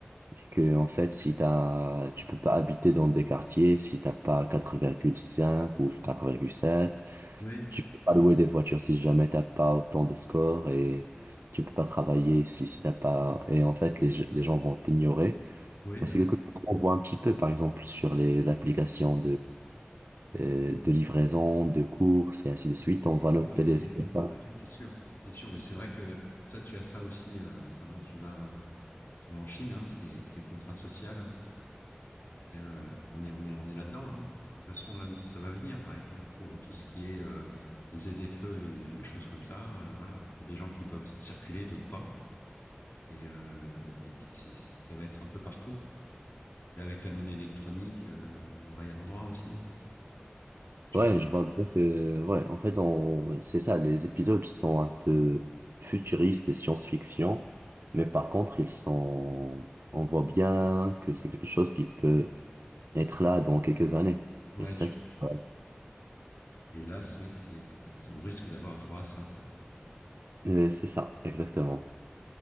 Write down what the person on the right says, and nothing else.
et que, en fait, si t'as, tu peux pas habiter dans des quartiers si t'as pas quatre virgule cinq ou quatre virgule sept,
tu peux pas louer des voitures si jamais t'as pas autant de scores, et tu peux pas travailler si, si t'as pas, et en fait, les, je- les gens vont t'ignorer.
Mais
c'est quelque chose qu'on voit un petit peu, par exemple, sur les applications euh, de livraison, de courses et ainsi de suite. On voit notre
télé.
je sais pas.
Ouais, je vois bien que, ouais, en fait, on, c'est ça, les épisodes sont un peu futuristes et science-fiction, mais par contre, ils sont, on voit bien que c'est quelque chose qui peut être là dans quelques années.
Et c'est ça
qui, ouais,
euh, c'est ça, exactement.